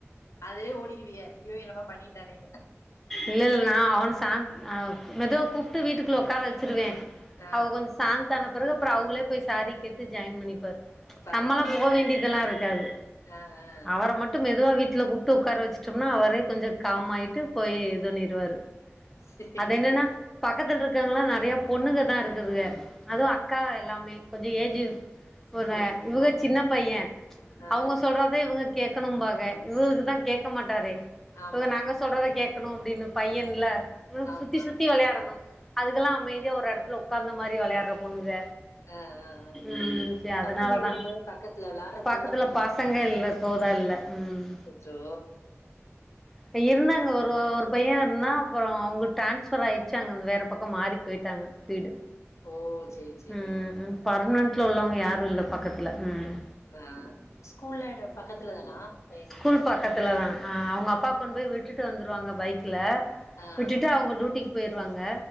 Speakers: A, on the left; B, in the centre.
A: அதுவே ஓடிருவிய்க அய்யோ என்னமோ பண்ணிட்டானேனு
B: இல்ல இல்ல நா அவன சாந் ஆ மெதுவா கூப்ட்டு வீட்டுக்குள்ள ஒக்கார வச்சிருவே
A: ஆ,
B: அவ கொஞ்சோ சாந்தான பெறகு அப்பற அவுகளே போய் சாரி கேட்டு ஜாயின் பண்ணிப்பாரு
A: பரவால்லங்க.
B: நம்மளா போ வேண்டியதெல்லா இருக்காது
A: ஆ, ஆ.
B: அவர மட் டு மெதுவா வீட்ல கூப்பிட்டு உக்கார வச்சுட்டோம்னா அவரே கொஞ்ச காம் ஆயிட்டு போய் இது பண்ணிருவாரு
A: சரி.
B: அது என்னன்ன பக்கத்துல இருக்கங்கெல்லா நெறைய பொண்ணுங்க தா இருக்குதுக அதும் அக்கா எல்லாமே கொஞ்சோ ஏஜ்ஜீ பொண்ணுக
A: கூட.
B: இவுக
A: ஆ,
B: சின்ன பையே
A: ஆ.
B: அவுங்க சொல்றத இவுங்க கேக்கணும்பாக இவுகளுக்குதா கேக்க மாட்டாரே
A: ஆமா.
B: இவுக நாங்க சொல்றத கேக் கேக்கணு அப்டின்னு பையேன்ல இவனுக்கு
A: ஆமா.
B: சுத்தி சுத்தி வெளையாடணு அதுகெல்லா
A: அ
B: அமைதியா ஒரு எடத்துல ஒக்காந்த மாரி வெளையாடுற பொண்ணுக
A: அ அ
B: ம் சே அதனாலதா
A: பசங்க இல்லையோ பக்கத்துல விளாட்றதுக்கு
B: பக்கத்துல
A: ஆள்
B: பசங்க இல்ல தோதா இல்ல ம்
A: அச்சோ
B: இப்ப இருந்தாங்க ஒரு ஓ ஒரு பையே இருந்தா அப்பறோ அவுங்க டிரான்ஸ்ஃபர் ஆயிருச்சு அங்க அங்க வேற பக்கம் மாறி போய்ட்டாங்க வீடு
A: ஓ! சரி சரி.
B: ம்
A: அ
B: பர்மனன்ட்ல உள்ளவுங்க யாரு இல்ல பக்கத்துல ம்
A: ஆ ஸ்கூல்ல எட பக்கத்துல தானா பையனுக்கு?
B: ஸ்கூல் பக்கத்துல தா அ அவுங்க அப்பா கொண்டு போய் விட்டுட்டு வந்துருவாங்க பைக்ல
A: ஆ
B: விட்டுட்டு அவுங்க ட்யூட்டிக்கு போயிருவாங்க